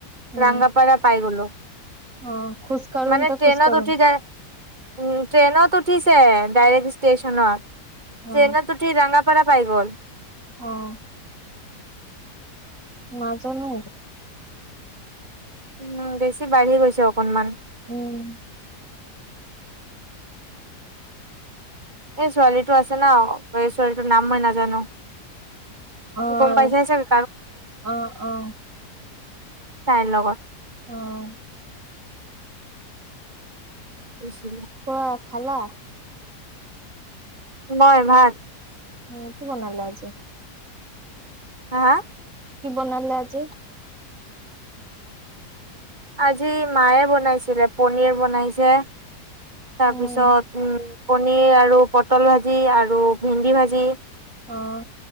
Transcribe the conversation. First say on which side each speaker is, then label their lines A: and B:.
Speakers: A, on the right; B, on the right.
A: উম
B: ৰাংগাপাৰা পাই গলো
A: অ খোজ কাঢ়োতে
B: মানে ট্ৰেইনত
A: -কাঢ়োতে।
B: উঠি যাই উম ট্টেইনত উঠি উঠিছে ষ্ট্ৰেচন
A: অ
B: ট্টেইনত উঠি ৰাংগা পৰা পাই গ'ল।
A: অঁ নাজানো
B: উ বেছি বাঢ়ি গৈছে অকনমান
A: উম-
B: এই ছোৱালীটো আছে না এই ছোৱালীটোৰ নাম মই নাজানো
A: আহ
B: গম পাইছাই চাগে
A: আহ আহ।
B: তাই পৰা
A: আহ।
B: পছিল <inaudible>
A: খোৱা খালা!
B: মই ভাত
A: উ কি বনালে আজি
B: হা হা
A: কি বনালে আজি
B: আজি মায়ে বনাইছিলে পনিৰ বনাইছে তাৰপিছত
A: উম
B: উম পনীৰ আৰু পটল ভাজি আৰু ভেন্দি ভাজি
A: অহ